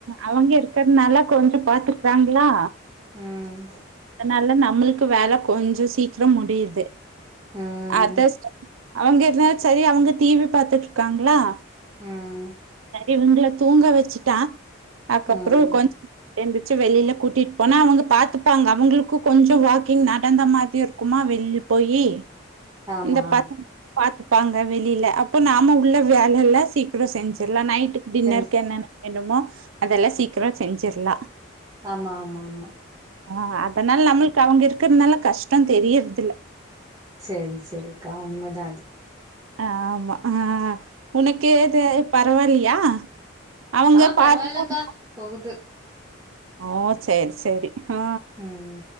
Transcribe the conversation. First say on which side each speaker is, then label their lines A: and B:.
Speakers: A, on the right; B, on the right.
A: அவங்க இருக்கிறதுனால கொஞ்ச பாத்துக்கறாங்களா
B: ம்
A: அதனால நம்மளுக்கு வேல கொஞ்ச சீக்கிர முடியுது
B: ம்
A: அதச அவங்க <unintelligible> செரி அவங்க டீ வி பாத்துட்டு இருக்காங்களா
B: ம்
A: சரி இவங்கள தூங்க வச்சுட்டா அதுக்கப்பற
B: ம்
A: கொஞ்ச எந்துச்சு வெளியில கூட்டிட்டு போனா அவங்க பாத்தப்பாங்க அவங்களுக்கு கொஞ்சோ வாக்கிங் நடந்த மாதி இருக்குமா வெளில போயி
B: ஆமா
A: இந்த பக் பாத்துப்பாங்க வெளியில அப்போ நாம உள்ள வேல எல்லா சீக்கிரம் செஞ்சிடலா நைட்டு டின்னருக்கு
B: செஞ்சு
A: என்னென்ன வேணுமோ அதெல்லா சீக்கிர செஞ்சிரலா
B: ஆமா ஆமா ஆமா
A: அ அதனால நம்மளுக்கு அவங்க இருக்கிறதுனால கஷ்டோ தெரியறது இல்ல
B: சேரி சேரிக்கா உண்மைதா அது
A: ஆமா அ உனக்கு ஏது பரவாயில்லயா அவங்க
B: ஆ பரவாயில்லக்கா
A: பாட்டுபாட
B: போகுது
A: அ சேரி சேரி ஆ
B: ம்